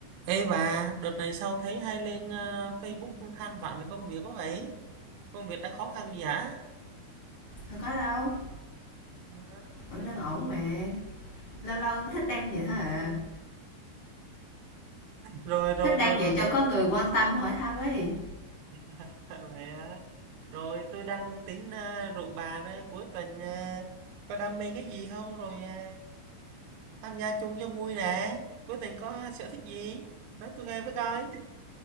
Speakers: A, on the right; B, on the left.
A: Ê bà, đợt này sao thấy hay lên ờ, Facebook than vãn về công việc quá vậy? Công việc đang khó khăn gì hả?
B: Đâu có đâu,
A: Ừ,
B: vẫn
A: đấy.
B: đang ổn mà. Lâu lâu thích đăng vậy thôi à.
A: Rồi rồi
B: Thích đăng
A: rồi rồi
B: vậy
A: rồi.
B: cho có người quan tâm hỏi thăm ấy.
A: <laughs> Vậy hả? Rồi tôi đang tính ờ, rủ bà đây cuối tuần ờ, có đam mê cái gì không rồi ờ, tham gia chung cho vui nè. Cuối tuần có sở thích gì? Nói tôi nghe với coi.